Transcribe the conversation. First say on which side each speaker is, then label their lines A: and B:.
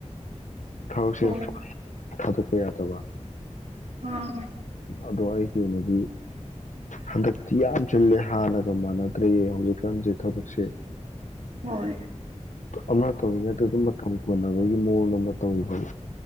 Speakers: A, on the left; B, on the right.
A: ꯊꯥꯎꯁꯦ
B: ꯍꯣꯏ
A: ꯊꯥꯗꯣꯛꯄ ꯌꯥꯗꯕ
B: ꯑꯥ
A: ꯑꯗꯣ ꯑꯩ ꯑꯣꯏꯅꯗꯤ ꯍꯟꯗꯛꯇꯤ ꯌꯥꯝ ꯆꯜꯂꯦ ꯍꯥꯟꯅꯒ ꯃꯥꯟꯅꯗ꯭ꯔꯦꯌꯦ ꯍꯧꯖꯤꯛꯀꯥꯟꯁꯦ ꯊꯕꯛꯁꯦ
B: ꯍꯣꯏ
A: ꯑꯃ ꯇꯧꯔꯤꯉꯩꯗ ꯑꯗꯨꯝ ꯃꯇꯝ ꯀꯣꯟꯅꯕꯒꯤ ꯃꯑꯣꯡꯗ ꯇꯧ ꯍꯣꯏ